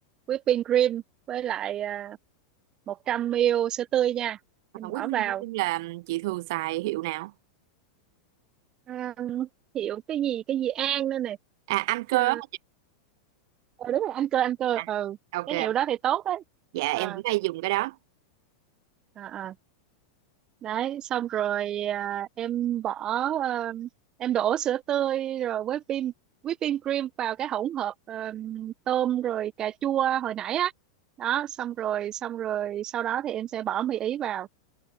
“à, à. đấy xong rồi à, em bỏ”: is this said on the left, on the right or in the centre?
Right